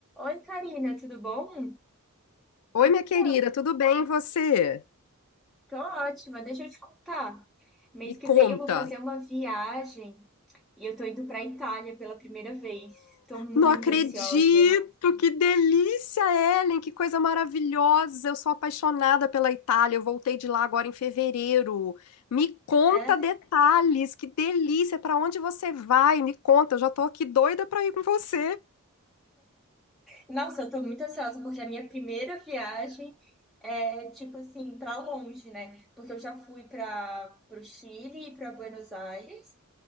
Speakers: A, in the centre; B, on the left.
A: Oi, Karina, tudo bom?
B: Oi,
A: Então,
B: minha querida, tudo bem e você?
A: tô ótima. Deixa eu te contar. Mês
B: Me
A: que
B: conta.
A: vem eu vou fazer uma viagem e eu tô indo pra Itália pela primeira vez. Tô muito
B: Não acredito,
A: ansiosa.
B: que delícia, Ellen, que coisa maravilhosa. Eu sou apaixonada pela Itália. Eu voltei de lá agora em fevereiro. Me conta
A: É?
B: detalhes, que delícia. Para onde você vai? Me conta, eu já tô aqui doida para ir com você.
A: Nossa, eu tô muito ansiosa porque é a minha primeira viagem é tipo assim, pra longe, né? Porque eu já fui para pro Chile e pra Buenos Aires.